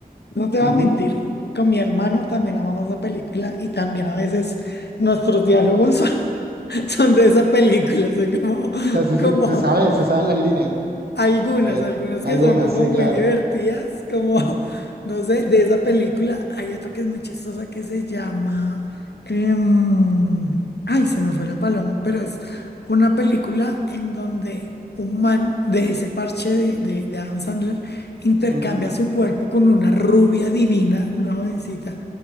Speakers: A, on the left; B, on the right.
A: no te voy
B: Ujú.
A: a mentir.
B: O
A: Con mi hermano también amamos la película y también a veces nuestros diálogos <laughs> <laughs> Son de esa película, son como,
B: sea, se, se-
A: como
B: se saben, se saben las líneas.
A: algunas,
B: A ver,
A: algunas
B: algunas,
A: que son como
B: sí,
A: muy
B: claro.
A: divertidas, como, no sé, de esa película. Hay otra que es muy chistosa que se llama, em, ay, se me fue la paloma, pero es una película en donde un man de ese parche de, de, de Adam Sandler intercambia
B: Ujú.
A: su cuerpo con una rubia divina, una jovencita,